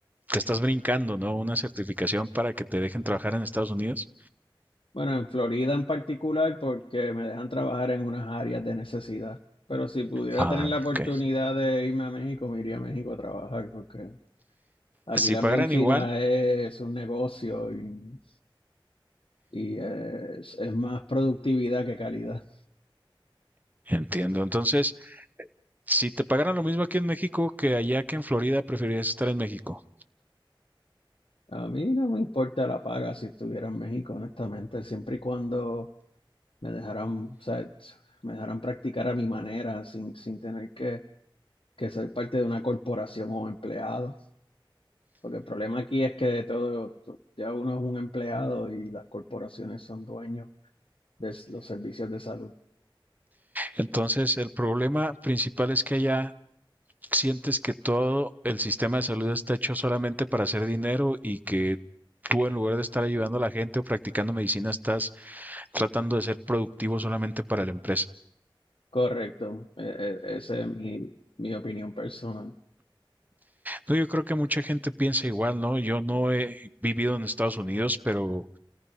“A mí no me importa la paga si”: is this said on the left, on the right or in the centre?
Left